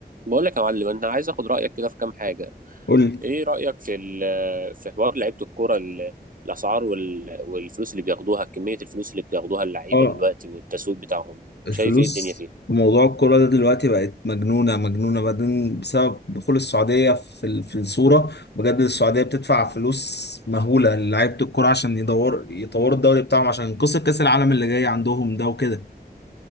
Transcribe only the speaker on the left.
قول
اه
الفلوس
في موضوع الكرة ده دلوقتي بقت مجنونة مجنونة بعدين بسبب دخول السعودية في ال- في الصورة بجد السعودية بتدفع فلوس مهولة للعيبة الكرة عشان يدور يطوروا الدوري بتاعهم عشان ينقذوا كأس العالم اللي جاي عندهم ده وكده